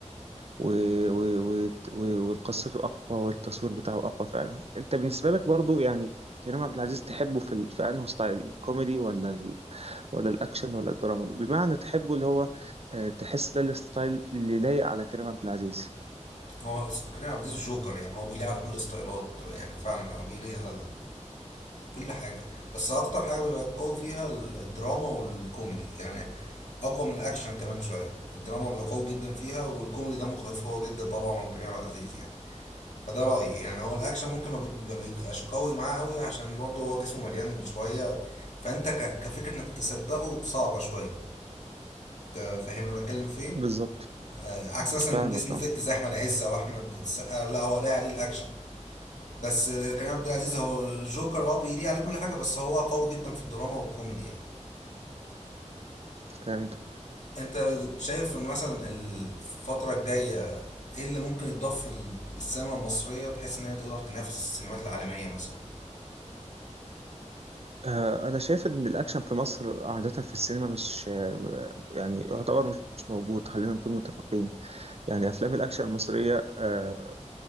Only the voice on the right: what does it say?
و... و... و... و- وقصته أقوى والتصوير بتاعه أقوى فعلا أنت بالنسبة لك برضو يعني كريم عبد العزيز تحبه في ال... في أنه ستايل الكوميدي ولا ال... ولا الأكشن ولا الدراما بمعنى تحبه اللي هو آه، تحس ده الستايل اللي لايق على كريم عبد العزيز
بالظبط
فاهمك
اه
فهمت
آه، أنا شايف إن الأكشن في مصر عادة في السينما مش آه، يعني يعتبر مش موجود خلينا نكون متفقين يعني أفلام الأكشن المصرية آه،